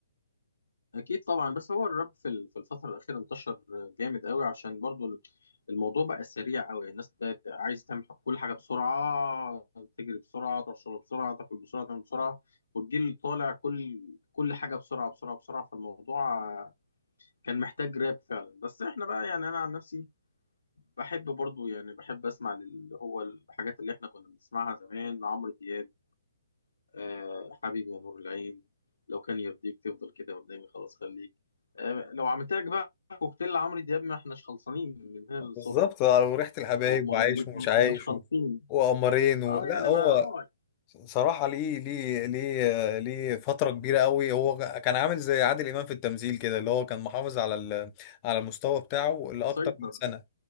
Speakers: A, on the left; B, on the left.
A: اكيد طبعا بس هو الراب في ال- في الفتره الاخيره انتشر جامد قوي عشان برضو ال- الموضوع بقى سريع قوي الناس بقت عايز تعمل كل حاجه بسرعه تجري بسرعه تشرب بسرعه تاكل بسرعه تعمل بسرعه والجيل طالع كل كل حاجه بسرعه بسرعه بسرعه فالموضوع كان محتاج راب فعلا بس احنا بقى يعني انا عن نفسي بحب برضو يعني بحب اسمع اللي هو الحاجات اللي احنا كنا بنسمعها زمان عمرو دياب آه حبيبي يا نور العين لو كان يرضيك تفضل كده قدامي خلاص خليك آه لو عملت لك بقى كوكتيل عمرو دياب ما احناش خلصانين من هنا للصبح
B: بالظبط وريحة الحبايب
A: هو ما-
B: وعايش
A: او أو-
B: ومش عايش
A: أو مش خالصين
B: و- وقمرين و...
A: اه
B: لا
A: يعني
B: هو
A: ما اه
B: صراحة ليه ليه ليه آه، ليه فترة كبيرة قوي هو كان عامل زي عادل إمام في التمثيل كده اللي هو كان محافظ على ال... على المستوى بتاعه لأكتر
A: مسيطر
B: من سنة